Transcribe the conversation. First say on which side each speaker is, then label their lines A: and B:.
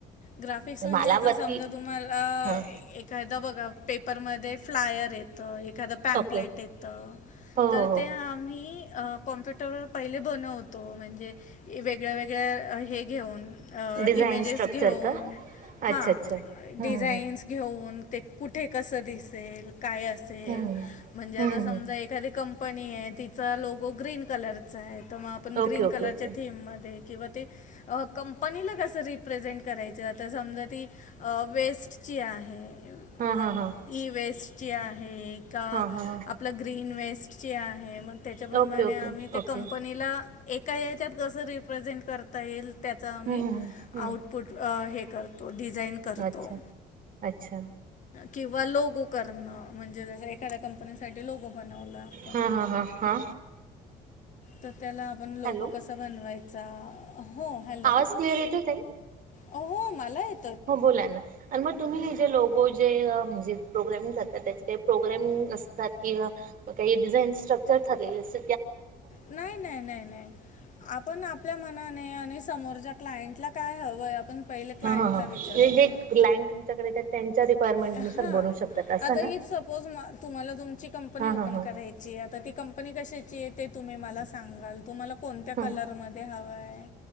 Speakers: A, on the left (about 45°); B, on the right (about 55°).
A: ग्राफिक्स म्हणजे
B: मला
A: आता
B: वरती
A: समजा, तुम्हाला
B: ह
A: एखादा बघा पेपरमध्ये फ्लायर आहे. तर एक. एखादं पॅम्पलेट
B: ओके
A: येतं
B: हो हो
A: तर ते
B: हो
A: आम्ही अ कॉम्प्युटरवर पहिले बनवतो म्हणजे, वेगळ्या वेगळ्या हे. घेऊन. अ
B: डिझाईन
A: इमेजेस
B: स्ट्रक्चर
A: घेऊन
B: का अच्छा
A: हा
B: अच्छा हम्म
A: डिझाइन्स घेऊन. ते कुठे कसं दिसेल. काय असेल
B: हम्म हम्म हम्म
A: म्हणजे, आता
B: हम्म
A: समजा
B: हम्म
A: एखादी कं- <unintelligible> आहे. तिचा लोगो ग्रीन कलरचा आहे. तर मग आपण
B: ओके
A: ग्रीन
B: ओके
A: कलरच्या
B: ओके
A: थीम मध्ये किंवा ते - अ कंपनीला कसं रिप्रेझेंट करायचं आता समजा ती वेस्टची आहे
B: हा
A: म्हण
B: हा हा
A: ई वेस्टची आहे का
B: हा हा
A: आपलं ग्रीन वेस्ट -आहे मग त्याच्याप्रमाणे
B: ओके ओके
A: आम्ही त्या
B: ओके
A: कंपनीला एक का ह्याच्यात कसं रिप्रेझेंट करता येईल त्याचा
B: हम्म
A: आम्ही
B: हम्म हम्म
A: आउटपुट हे करतो डिझाईन करतो
B: अच्छा अच्छा
A: किंवा लोगो करणं म्हणजे जस एखाद्या कंपनीसाठीठी लोगो बनवलं आपण
B: हा हा हा हा
A: तर त्याला आपण लोगो
B: हॅलो
A: कसा बनवायचा हॅलो
B: आवाज क्लियर येतोय तई
A: हो हो मला य -
B: हो बोला ना आणि मग तुम्ही जे लोगो जे म्हणजे प्रोग्रामिंग कर त्याचे काही प्रोग्राम असतात किंवा म काही डिझाईन स्ट्रक्चर ठरलेल अस
A: नाही नाही नाही नाही आपण आपल्या मनाने आणि समोरच्या क्लायंटला काय हवंय आपण - पहिल क्लायंट
B: हा हां हां
A: च
B: म्हणजे
A: विचारायच
B: जे क्लायंट तुमच्याकडे येतात त्यांच्या रिक्वायरमेंटनुसार
A: अ हा
B: बनवू शकतात असं
A: आता
B: ना
A: इफ सपोज म कंपनी
B: हा
A: ओपन
B: हा हा
A: करायची आहे ती कंपनी कशाची चे ते तुम्ही मला सांगाल तुम्हाला कोणत्या
B: हा
A: कलर मध्ये हवंय